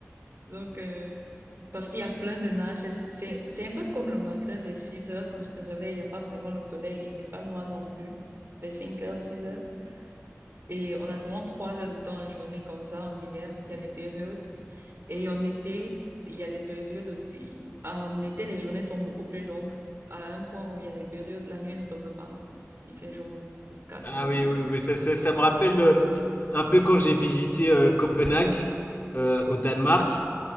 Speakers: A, on the right; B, on the left.
A: Donc, euh, parce qu'il y a plein de nuages, c'est, c'est c'est un peu comme le matin vers 6 heures quand tu te réveilles, il n'y a pas vraiment le soleil, il fait pas noir non plus, vers 5 heures, 6 heures. Et on a seulement 3 heures de temps en journée comme ça en hiver, il y a des périodes. Et en été, il y a des périodes aussi. Ah, En été, les journées sont beaucoup plus longues, à un point où il y a des périodes, la nuit ne tombe pas. Il fait jour vingt-quatre
B: Ah
A: sur vingt-quatre
B: oui, oui, oui, ça, ça- ça me rappelle euh, un peu quand j'ai visité euh, Copenhague euh, au Danemark.